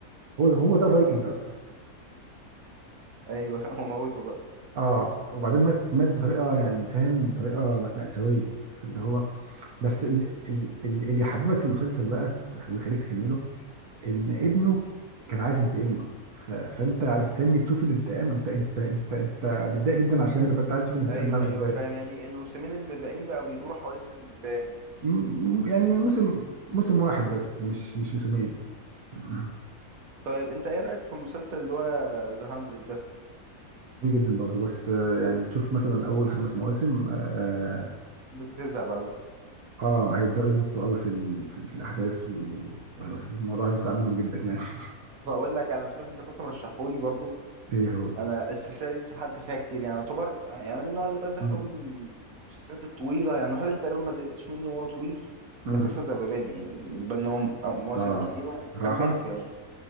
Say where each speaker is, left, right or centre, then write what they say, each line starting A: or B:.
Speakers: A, on the right (about 80°); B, on the right (about 70°).
A: هو هو ده فايكنج اصلا
B: ايوه <laughs> هو موته بقى.
A: اه وبعدين مات مات بطريقه يعني فاهم طريقه مأساويه فاللي هو بس ال- ال- ال- اللي يحببك في المسلسل بقى ويخليك تكمله ان ابنه كان عايز ينتقم له ف- فانت مستني تشوف الانتقام انت انت انت انت متضايق جدا عشانه فانت عايز تشوف الانتقام
B: ايوه
A: ده عامل ايوه
B: ايوه
A: ازاي
B: فاهم
A: ايوه
B: يعني الموسمين اللي باقيين بقى بيدوروا حوالين الانتقام يعني
A: م- م- يعني موسم موسم واحد بس مش مش موسمين <laughs>
B: طيب انت ايه رايك في المسلسل اللي هو ذا 100 ده
A: جميل جدا برضو بس آه، يعني تشوف مثلا اول خمس مواسم آه،
B: بتزهق بعدها
A: اه هيبداوا يمطوا قوي في ال... في, ال... في الاحداث وال- وهيبقى- والموضوع هيوسع منهم جدا يعني <laughs>
B: فاقول لك على مسلسل انت كنت مرشحه لي برضو
A: ايه هو
B: انا السلسله دي اتسحلت فيها كتير يعني يعتبر يعني انا من النوع اللي بزهق
A: مم.
B: قوي من من المسلسلات الطويله يعني الوحيد اللي تقريبا ما زهقتش منه هو طويل
A: مم.
B: لا قصه بابل يعني بالنسبه لي ان هو م- مواسم
A: اه
B: كتير وكملته
A: الصراحه
B: يعني